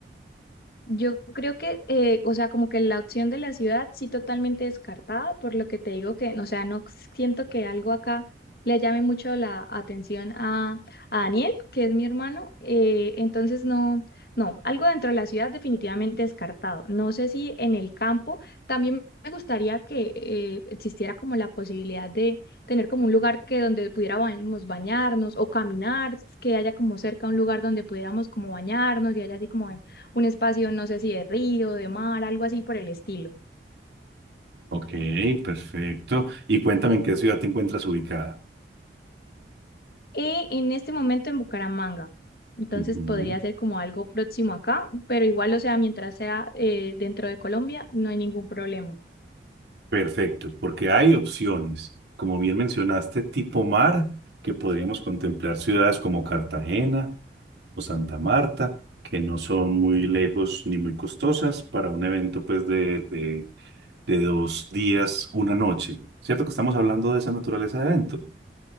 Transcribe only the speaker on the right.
Ok, perfecto. Y cuéntame en qué ciudad te encuentras ubicada.
Ujú,
Perfecto, porque hay opciones. Como bien mencionaste, tipo mar, que podríamos contemplar ciudades como Cartagena o Santa Marta, que no son muy lejos ni muy costosas para un evento pues de, de, de dos días, una noche. ¿Cierto que estamos hablando de esa naturaleza de evento?